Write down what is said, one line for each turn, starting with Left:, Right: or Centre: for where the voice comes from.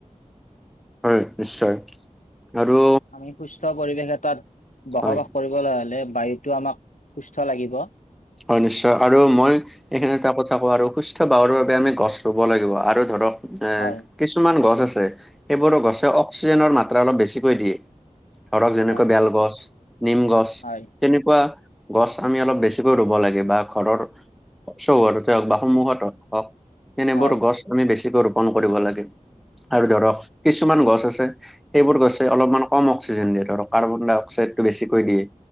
Centre: হয় নিশ্চয় আৰু
Left: আমি সুস্থ পৰিৱেশ এটাত বসবাস
Centre: হয়
Left: কৰিবলৈ হ'লে বায়ুটো আমাক সুস্থ লাগিব।
Centre: হয় নিশ্চয় আৰু মই এইখিনিতে এটা কথা কও আৰু সু স্থ বাহৰ বাবে আমি গছ ৰুব লাগিব আৰু ধৰক এ
Left: হয়
Centre: কিছুমান গছ আছে সেইবোৰৰ গছে অক্সিজেনৰ মাত্ৰা অলপ বেছিকৈ দিয়ে। ধৰক যেনেকৈ
Left: হয়
Centre: বেলগছ, নিমগছ
Left: হয়
Centre: তেনেকোৱা গছ আমি অলপ বেছি কৈ ৰুব লাগে বা ঘৰৰ চৌহদতে হওক বা সন্মুখত হওক তেনেবোৰ
Left: হয়
Centre: গছ আমি বেছিকৈ ৰোপন কৰিব লাগে আৰু ধৰক কিছুমান গছ আছে সেইবোৰ গছে অলপমান কম অক্সিজেন দিয়ে ধৰক কাৰ্বন-ডাই-অক্সাইডতটো বেছিকৈ দিয়ে